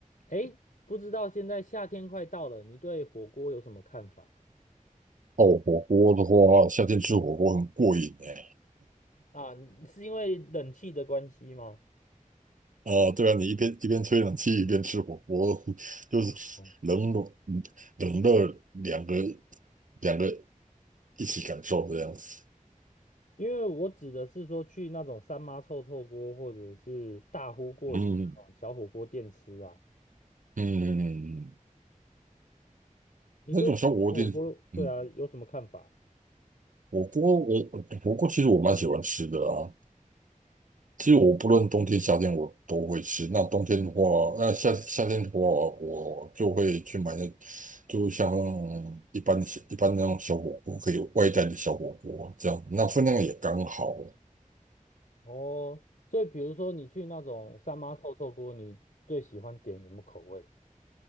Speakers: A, on the left; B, on the right.
A: 哎，不知道现在夏天快到了，你对火锅有什么看法
B: 哦，火锅的话，夏天吃火锅很过瘾哎。
A: 啊？是因为冷气的关系吗？
B: 啊、对啊，你一边一边吹冷气一边吃火锅，<laughs> 就是冷冷
A: 哦
B: 冷热两个两个一起感受这样子。
A: 因为我指的是说去那种三妈臭臭锅或者是大呼过瘾那种小火锅店吃啊。
B: 嗯嗯，
A: 你对火锅，
B: 那种小火锅店，嗯，
A: 对啊，有什么看法？
B: 火锅我火锅其实我蛮喜欢吃的啊。其实我不论冬天夏天我都会吃。那冬天的话，那夏夏天的话，我就会去买那，就像一般的小一般那种小火锅，可以外带的小火锅这样，那分量也刚好。
A: 哦，所以比如说你去那种三妈臭臭锅，你最喜欢点什么口味？